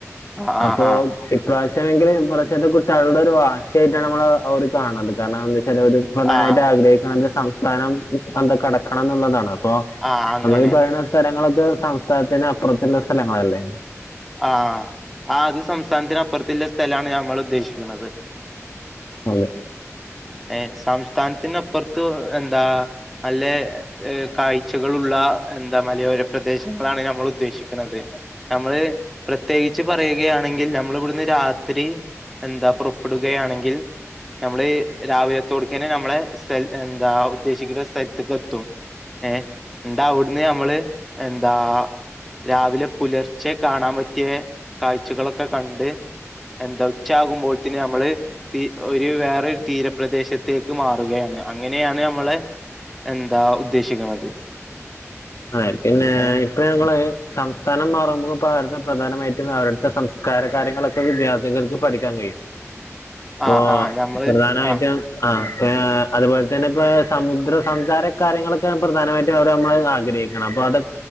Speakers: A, in the centre; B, on the left.
A: ആ ആ
B: അപ്പൊ
A: ആ
B: ഇപ്രാവശ്യമെങ്കില് നമ്മള് ചണ്ടൊരു വാശിയായിട്ടാണ് നമ്മള് ആ ഒരു കാണത് കാരണം എന്തൊച്ചാല് ഒരു പ്രധാനമായിട്ട്
A: ആഹ്
B: ആഗ്രഹിക്കണത് സം സ്ഥാനം അത് കടക്കണം എന്നുള്ളതാണ് അപ്പൊ
A: ആഹ് അങ്ങനെ
B: നമ്മൾ ഈ പറയുന്ന സ്ഥലങ്ങള ത് സംസ്ഥാനത്തിന് അപ്പുറത്തുള്ള സ്ഥലങ്ങളല്ലേ?
A: ആഹ് ആ അത് സംസ്ഥാനത്തിന് അപ്പുറത്തില്ല സ്ഥലാണ് ഞമ്മള് ഉദ്ദേശിക്കണത്
B: അതെ
A: ഏ സംസ്ഥാനത്തിന് അപ്പറത്ത് എന്താ അല്ലേ ഏ കാഴ്ചകൾ ഉള്ള എന്താ മലയോര പ്രദേശങ്ങളാണ് ഞമ്മള് ഉദ്ദേശിക്കുന്നത് ഞമ്മള് പ്രത്യേകിച്ച് പറയുകയാണെങ്കിൽ ഞമ്മളിവിടുന്ന് രാത്രി എന്താ പുറപ്പെടുകയാണെങ്കിൽ ഞമ്മള് രാവിലത്തോടക്കെനാ നമ്മളെ സെൽ എന്താ ഉദ്ദേശിക്കുന്ന സ്ഥല്ത്ത്ക്ക് എത്തും. ഏ ണ്ടഅവിടുന്ന് നമ്മള് എന്താ രാവിലെ പുലർച്ചെ കാണാൻ പ റ്റേ കാഴ്ചകളൊക്കെ കണ്ട് എന്താ ഉച്ചയാകുമ്പോഴത്തിന് നമ്മള് തീ ഒരു വേറെ ഒരു തീരപ്രദേശത്തേക്ക് മാറുകയാണ് അങ്ങനെയാണ് നമ്മളെ എന്താ ഉദ്ദേശിക്കണത്.
B: ആ പിന്നെ
A: ഏഹ്
B: ഇപ്പ ഞങ്ങള് സംസ്ഥാനം മാറുമ്പോൾ പാടത്തെ പ്രധാനമായിട്ടും അവരുടുത്തെ സംസ്കാര കാര്യങ്ങളൊക്കെ വിദ്യാർത്ഥികൾക്ക് പഠിക്കാൻ കഴിയും. പ്പോ
A: ആഹ് ആഹ് ഞമ്മള്
B: പ്രധാനമായിറ്റും
A: ആ
B: ആഹ് അതുപോലെ തന്നെ ഇപ്പ സമുദ്രസഞ്ചാര കാര്യങ്ങളൊക്കെയ പ്രധാനമായിട്ടും അവർ നമ്മള് ആഗ്രഹി വേഗണം അപ്പം അത്